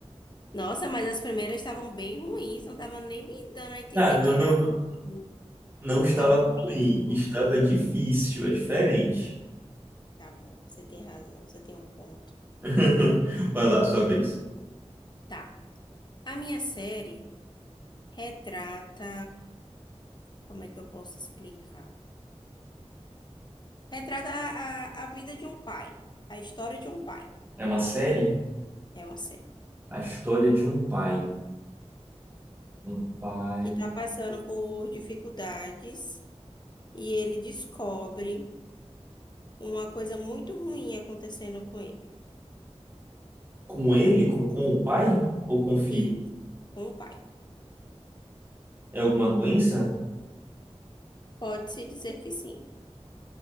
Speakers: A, on the left; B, on the right.
A: Nossa, mas as primeiras estavam bem ruins. Não tava nem me dando a entender
B: Ah, não,
A: que era
B: não,
A: algo
B: não estava
A: algo místico.
B: ruim, estava difícil, é diferente.
A: Tá bom, você tem razão. Você tem um ponto.
B: <laughs> Vai lá, sua vez.
A: Tá. A minha série retrata. Como é que eu posso explicar? Retrata a, a, a vida de um pai, a história de um pai.
B: É uma série?
A: É uma série
B: A história de um pai. Um pai.
A: que está passando por dificuldades e ele descobre uma coisa muito ruim acontecendo com ele.
B: Com ele? Com, com o pai? Ou com o filho?
A: E com o pai.
B: É alguma doença?
A: Pode-se dizer que sim,